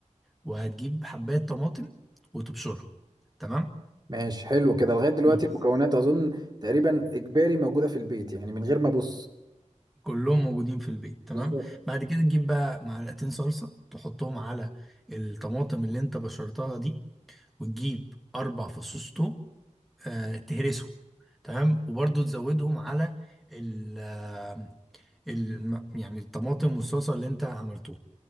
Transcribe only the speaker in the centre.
وهتجيب حباية طماطم وتبشرها تمام
بس
كلهم موجودين في البيت تمام
بعد كده تجيب بقى معلقتين صلصة تحطهم على الطماطم اللي انت بشرتها دي وتجيب اربع فصوص توم آه تهرسهم تمام وبرضو تزودهم على ال آه، الم- يعني الطماطم والصلصة اللي انت عملتوها